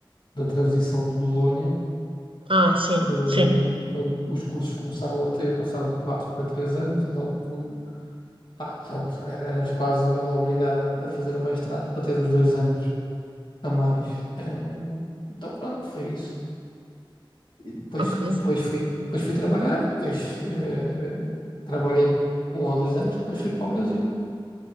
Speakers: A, on the left; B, on the right.
A: da transição de Bolonha.
B: Ah, sim,
A: eh,
B: sim,
A: Então, os cursos começaram a ter, passaram de 4 para 3 anos, então tu, pá, pronto, eras quase obrigada a fazer o mestrado para ter os dois anos. a mais. Eh, então pronto, foi isso. Depois,
B: ok.
A: depois fui, depois fui trabalhar, e depois eh, trabalhei um ou dois anos, depois fui para o Brasil